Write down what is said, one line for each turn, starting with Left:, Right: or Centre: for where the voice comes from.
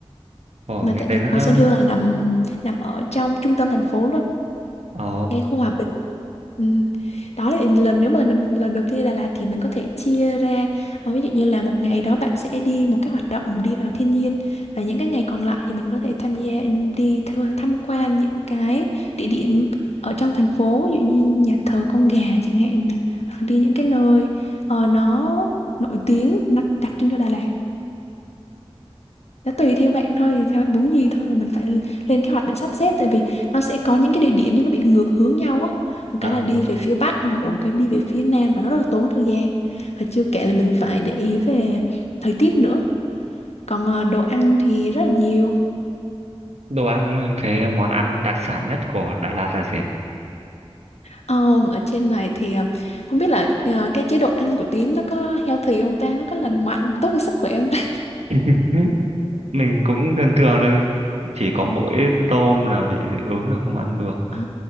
Right: Ồ,
Left: Mà
Right: nghe
Left: tại
Right: đến
Left: vì hồ
Right: nó-
Left: Xuân Hương là nằm nằm ở trong trung tâm thành phố luôn,
Right: Ồ,
Left: ngay khu hòa bình Ừ. Đó là lần nếu mà lần lần đầu tiên đi Đà Lạt thì mình có thể chia ra ờ, ví dụ như là một ngày đó bạn sẽ đi một cái hoạt động đi vào thiên nhiên và những cái ngày còn lại thì mình có thể tham gia ừ, đi thưa- tham quan những cái địa điểm ở trong thành phố ví dụ như nhà thờ con gà chẳng hạn này. Hoặc đi những cái nơi ờ, nó nổi tiếng nó đặc trưng cho Đà Lạt nó tùy theo bạn thôi thì theo bạn muốn gì thôi và mình phải lên kế hoạch để sắp xếp tại vì nó sẽ có những cái địa điểm nhưng nó bị ngược hướng nhau á một
Right: à,
Left: cái là đi về phía bắc hoặc là một cái đi về phía nam và nó rất là tốn thời gian và chưa kể là mình phải để ý về thời tiết nữa còn ờ, đồ ăn thì rất là nhiều
Right: đồ ăn cái món ăn đặc sản nhất của Đà Lạt là gì?
Left: Ờ, ở trên này thì ờ, không biết là ờ, cái chế độ ăn của Tiến nó có healthy không ta nó có lành mạnh tốt cho sức khỏe không ta
Right: Ừ, Mình cũng thường thường là chỉ có mỗi tôm là bị dị ứng là không ăn được. thôi.
Left: à,